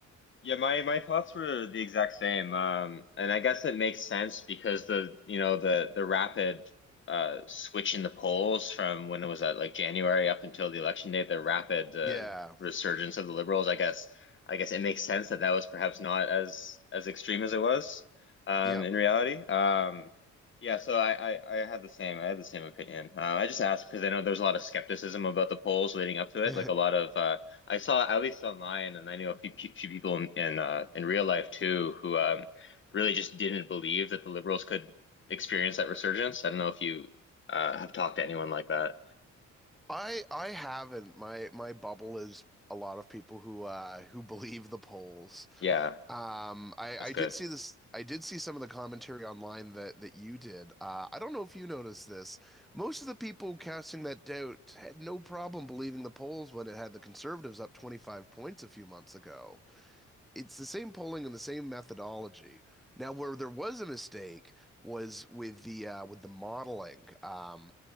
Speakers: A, on the left (about 40°); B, in the centre.
A: Yeah, my my thoughts were the exact same. Um, and I guess it makes sense because the you know the the rapid uh switch in the polls from when it was at like January up until the election day, the rapid uh,
B: Yeah.
A: resurgence of the liberals. I guess I guess it makes sense that that was perhaps not as as extreme as it was um,
B: Yep.
A: in reality. Um, yeah, so I, I I had the same I had the same opinion. Uh, I just asked because I know there's a lot of skepticism about the polls leading
B: <laughs>
A: up to it,
B: I
A: like a lot of. Uh, I saw at least online, and I knew a few, few few people in in, uh, in real life too who um, really just didn't believe that the liberals could experience that resurgence. I don't know if you uh, have talked to anyone like that.
B: I haven't. My my bubble is a lot of people who uh who believe the polls.
A: Yeah,
B: Um, I
A: that's
B: I
A: good.
B: did see this. I did see some of the commentary online that that you did. Uh, I don't know if you noticed this. Most of the people casting that doubt had no problem believing the polls when it had the conservatives up 25 points a few months ago. it's the same polling and the same methodology. Now, where there was a mistake was with the uh, with the modeling, um,